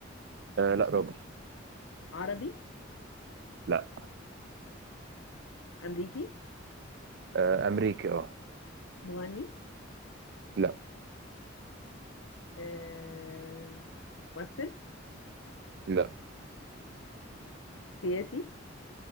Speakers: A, on the right; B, on the left.
A: آه لا راجل
B: عربي
A: لا
B: أمريكي
A: آه أمريكي اه
B: مغني
A: لا
B: آه، ممثل
A: لا
B: سياسي